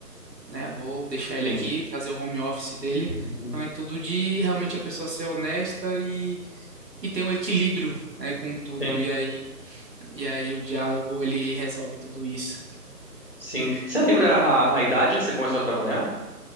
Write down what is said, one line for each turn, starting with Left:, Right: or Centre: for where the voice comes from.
Right: né, vou deixar ele
Left: sim,
Right: aqui, fazer o home office dele.
Left: uhum,
Right: Então é tudo de realmente a pessoa ser honesta e tem um equilíbrio, né, com tudo,
Left: sim,
Right: e aí, e aí o diálogo ele resolve tudo isso.
Left: sim. Você lembra a, a idade que você começou a trabalhar?